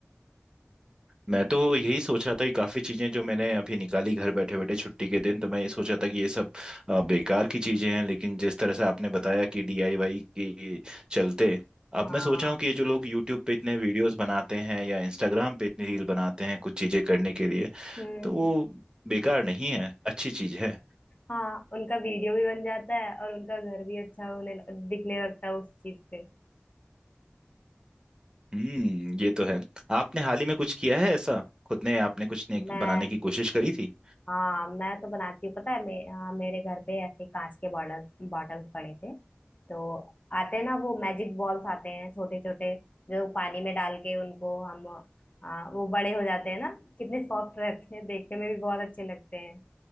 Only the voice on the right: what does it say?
मैं तो यही सोच रहा था कि काफ़ी चीज़ें जो मैंने अभी निकाली घर बैठे बैठे छुट्टी के दिन तो मैं ये सोच रहा था कि ये सब अ, बेकार की चीज़ें हैं लेकिन जिस तरह से आपने बताया कि डीआईवाई के चलते अब
मैं सोच रहा हूँ कि ये जो लोग यूट्यूब पे इतने वीडियोस बनाते हैं या इंस्टाग्राम पे इतनी रील बनाते हैं कुछ चीज़ें करने के लिए
तो वो बेकार नहीं है अच्छी चीज़ है
हम्म ये तो है आपने हाल ही में कुछ किया है ऐसा खुद ने आपने कुछ ने
बनाने की कोशिश करी थी